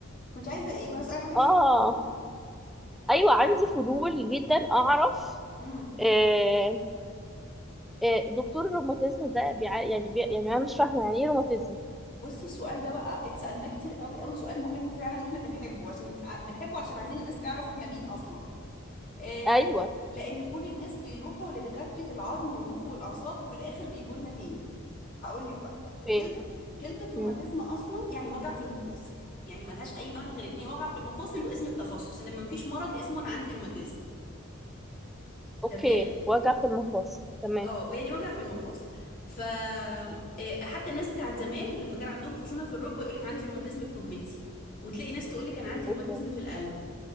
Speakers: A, on the left; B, in the centre.
A: كنت عايزه ايه كنت عايزه اي حاجه في
B: اه
A: شغل
B: ايوه عندي فضول جدا اعرف
A: امم
B: آه آه دكتور الروماتيزم ده بيع... يعني بي... يعني انا مش فاهمه يعني ايه روماتيزم
A: بصي السؤال ده بقى اتسالناه كتير قوي قوي سؤال مهم فعلا واحنا بنحبه عشان ع- بنحبه علشان عايزين الناس تعرف احنا مين اصلا آه
B: ايوه
A: لان كل الناس بيروحوا لدكاترة العظم والمخ والاعصاب وفي الاخر بيجوا لنا تاني هقول لك بقى
B: اوكي
A: كلمة كلمة روماتيزم
B: مم.
A: اصلا يعني وجع في المفاصل يعني ملهاش اي معنى غير ان هي وجع في المفاصل واسم التخصص ان مفيش
B: ماشي.
A: مرض اسمه انا عندي روماتيزم
B: اوكي
A: تمام
B: وجع في المفاصل تمام
A: اه يعني وجع في المفاصل ف آه، حتى الناس بتاعت زمان لما كان عندهم خشونه في الركبه يقول لك عندي روماتيزم في ركبتي وتلاقي ناس تقول لك انا عندي
B: اوكي
A: روماتيزم في القلب